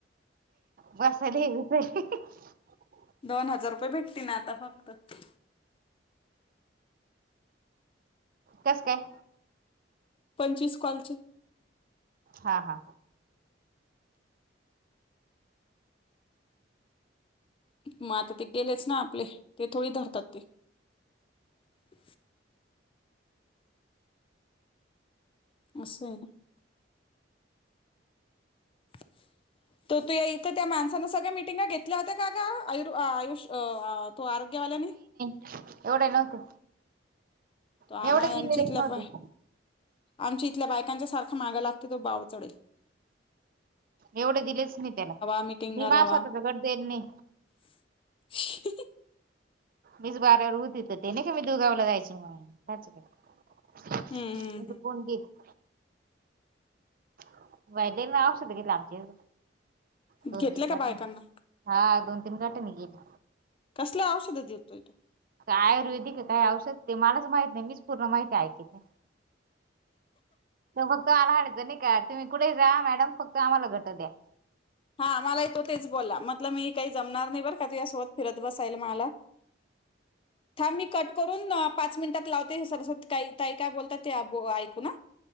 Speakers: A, on the right; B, on the left.
A: बसायला <unintelligible>
B: दोन हजार रुपये भेटतीन आता फक्त
A: कसं काय?
B: पंचवीस कॉलचे
A: हा हा.
B: मग आता ते गेलेच ना आपले ते थोडी धरतात ते. <inaudible> असं आहे ना. <inaudible> तर तू इथं त्या माणसांना सगळ्या मिटिंगा घेतल्या होत्या का ग अयुर आयुष अ आ तो आरोग्यवाल्याने
A: एवढ्या नव्हते.
B: तो आम्हा
A: मी एवढे दिलेलेच
B: एमचीतल्या
A: नव्हते
B: बाई
A: मी
B: आमच्या इथल्या बायकांच्या सारखा मागा लागते तो बावचडे
A: एवढे दिलेच नाही त्याला
B: मिटिंगा
A: मी
B: लावा
A: मास होता दगड देणे.
B: <inaudible>
A: मीच बारावर होतं तिथं ते नाही क मी दुगावला जायचं म त्याचा काय
B: हम्म
A: म्हणजे
B: हम्म हम्म
A: कोण देत <unintelligible> नाव शुध घेतला आमचे दोन-तीन
B: घेतले का
A: गट
B: बायकांना
A: हा दोन तीन घटानी गेली.
B: कसल्या औषध देतोय तो?
A: काय आयुर्वेदिक आहे काही औषध ते मलाच माहित नाही मीच पूर्ण माहिती ऐकित नाही. तर फक्त आला होता नाही का तुम्ही कुठे ही जा मॅडम फक्त आम्हाला घट द्या.
B: हा मला ही तो तेच बोला म्हटलं मी काही जमणार नाही बरं का तुझा सोबत फिरत बसायल मला. <unintelligible> थांब मी कट करून पाच मिनिटात लावते हे सरस्वत काही ताई काय बोलतात ते आबों ऐकू न हा.